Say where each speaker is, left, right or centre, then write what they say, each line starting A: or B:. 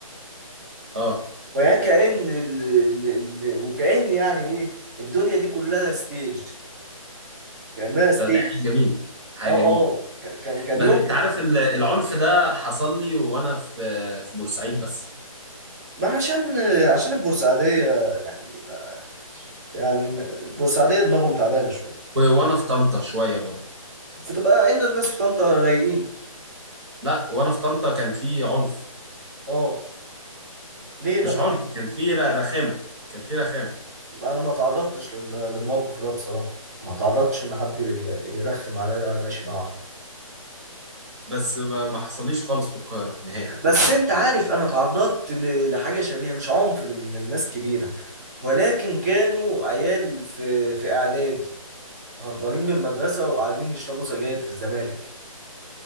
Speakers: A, on the right; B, on the right.
A: اه
B: ويا كأن ال... ال... ال... وكأن يعني ايه الدنيا دي كلها ستيج كأنها ستيج
A: ده ده حاجه جميله حاجه
B: اه
A: جميله
B: اه ك- كان كان
A: بس
B: يمكن
A: انت عارف ال- العنف ده حصل لي وانا في في بورسعيد بس
B: ما عشان آه، عشان البورسعيدية يعني ما- يعني ما- البورسعيدية دماغهم تعبانة شوية
A: و- وانا في طنطا شويه برضو
B: فتبقى ان الناس في طنطا رايقين
A: لا وانا في طنطا كان في عنف
B: اه ليه بقى
A: مش عنف كان في ر- رخامه كان في رخامه
B: انا ما تعرضتش لل... للموقف ده بصراحة ما تعرضتش ان حد يرخم عليا وانا ماشي مع واحدة
A: بس ما ما حصليش خالص في القاهره نهائي
B: بس انت عارف انا اتعرضت ل- لحاجه شبيهه مش عنف من من ناس كبيره ولكن كانوا عيال في في اعدادي هربانين من المدرسه وقاعدين يشربوا سجاير في الزمالك